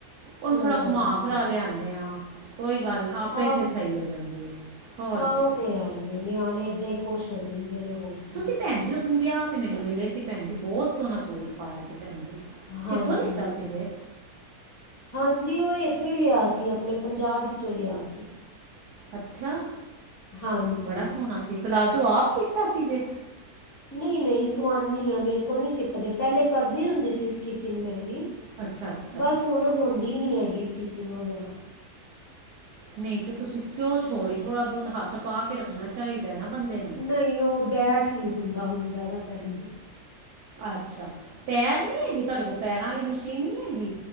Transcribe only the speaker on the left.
ਹਾਂ
ਹਾਂ
ਆਹ
ਆਹੋ
ਉਹ ਤੇ ਹੈ ਹੀ ਨਿਆਣੇ ਏਦਾਂ ਈ ਖੋਸ਼ ਹੋ ਜਾਂਦੇ ਨੇ ਹੋਰ ਕੀ
ਹੈ
ਹਾਂਜੀ।
ਹਾਂਜੀ, ਔ ਐਥੋਂ ਹੀ ਲਿਆ ਸੀ ਅਪਣੇ ਪੰਜਾਬ ਇਚੋਂ ਲਿਆ ਸੀ।
ਹਾਂਜੀ
ਨੀ ਨਹੀਂ ਸਵਾਨੀ ਆਂ, ਮੇਰੇ ਕੋਲ ਨੀ ਸਿਪਦੇ ਪੈਲੇ ਕਰਦੀ ਹੁੰਦੀ ਸੀ ਸਟਿਚਿੰਗ ਮੈਂ ਵੀ।
ਬੱਸ ਹੁਣ ਹੋੰਦੀ ਨੀ ਹੈਗੀ, ਸਟਿਚਿੰਗ ਵਗੈਰਾ।
ਨਹੀਂ, ਓਹ ਬੈਠ ਨ੍ਹੀਂ ਹੁੰਦਾ ਹੁਣ ਜੈਦਾ ਭੈਣ ਜੀ।